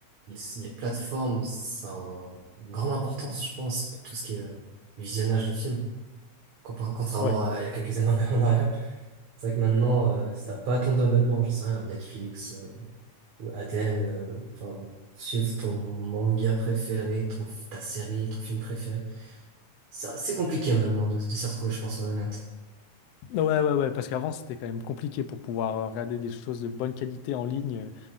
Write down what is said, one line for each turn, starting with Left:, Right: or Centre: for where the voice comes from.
Right: les, les plateformes, ça a une grande importance, je pense, pour tout ce qui est euh, visionnage de films. Compar- Contrairement
Left: Ouais,
Right: à il y a quelques années en <laughs> en arrière. C'est vrai que maintenant, euh, si t'as pas ton abonnement, je sais rien, Netflix, euh, ou Aden euh, enfin, pour suivre ton manga préféré, ton, ta série, ton film préféré, C'est assez compliqué maintenant de, de s'y retrouver, je pense, sur le net.
Left: ouais, ouais, ouais, parce qu'avant, c'était quand même compliqué pour pouvoir euh, regarder des choses de bonne qualité en ligne.